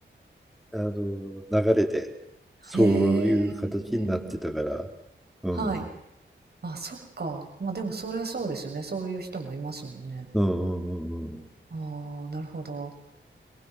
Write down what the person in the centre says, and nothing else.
あの流れでそういう形になってたから。
うん。
うん
うんうんうん。